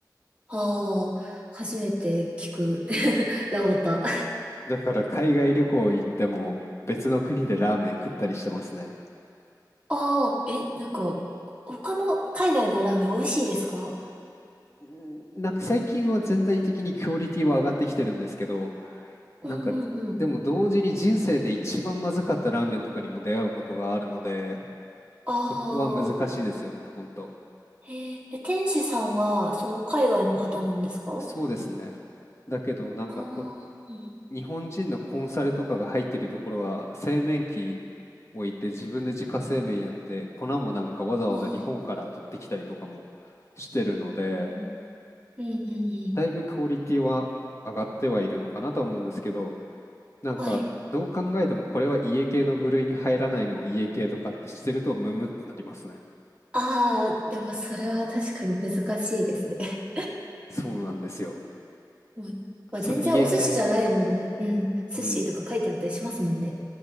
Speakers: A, on the right; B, on the left.
A: ああ、初めて聞く。<laughs> ラオタ。
B: だから海外旅行行っても別の国でラーメン食ったりしてますね。
A: ああ、え、なんか、他の海外のラーメン美味しいですか
B: うんなんか最近は全体的にクオリティは上がってきてるんですけど、
A: うんうんうん。
B: なんかでも同時に人生で一番まずかったラーメンとかにも出会うことがあるので、
A: ああ、
B: そこは難しいですよね、本当。
A: へえ。え、天使さんは、その海外の方なんですか
B: そうですね。だけどなんかこう、
A: ああー、う
B: 日本人のコンサルとかが入ってるところは製麺機置いて自分で自家製麺やって粉もなんかわざわざ日本から取ってきたりとかも
A: ん。ああ、
B: してるので。
A: うん。うんうんうん。
B: だいぶクオリティは上がってはいるのかなと思うんですけど、なんかどう考えてもこれは家系の部類に入らないのを家系とかってしてるとムムってなりますね。
A: はい。ああ、でもそれは確かに難しいですね。<laughs>
B: そうなんですよ。
A: もう、まあ、
B: その家系、
A: 全然お寿司じゃないもの、うん、寿司とか書いてあったりしますもんね。
B: うん。